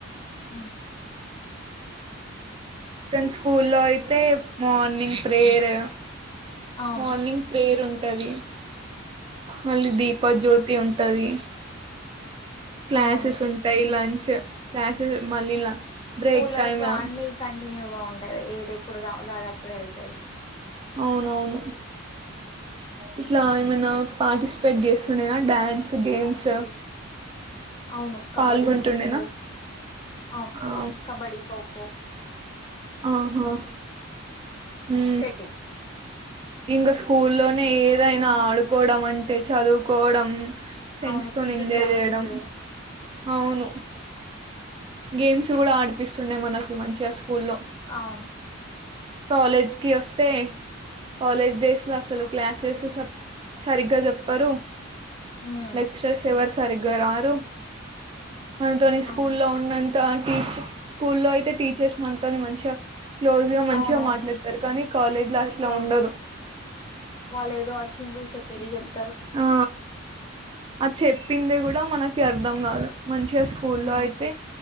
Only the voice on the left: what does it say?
ఉమ్
అవును.
అవును.
స్కూల్
లైఫ్
లో
అన్ని కంటిన్యూగా ఉంటది ఏదెప్ పుడ్ కావాలో అది అప్పుడే అయితది
అవును కబడ్డిీ
ఖోఖో అవును
కబడ్డిీ ఖో కో
షటిల్
అవును
పిటి
క్లాసెస్
అవును.
హ్మ్.
అవును.
అవునవును.
ఇక్కడ
వాళ్ళేదో చెప్పేది చెప్
ఆ!